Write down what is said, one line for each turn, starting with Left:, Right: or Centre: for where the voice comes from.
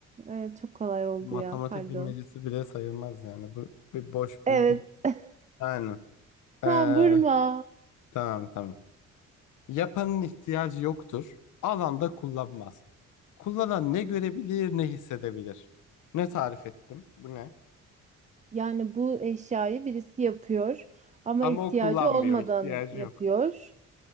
Right: evet, çok kolay oldu
Left: matematik
Right: ya pardon.
Left: bilmecesi bile sayılmaz yani bu bir boş
Right: Evet.
Left: bir bil
Right: <laughs>
Left: yani Ee,
Right: Tam vurma.
Left: tamam tamam Yapanın ihtiyacı yoktur. Alan da kullanmaz. Kullanan ne görebilir ne hissedebilir. Ne tarif ettim? Bu ne?
Right: Yani bu eşyayı birisi yapıyor ama
Left: Ama
Right: ihtiyacı
Left: o kullanmıyor,
Right: olmadan
Left: ihtiyacı
Right: yapıyor.
Left: yok.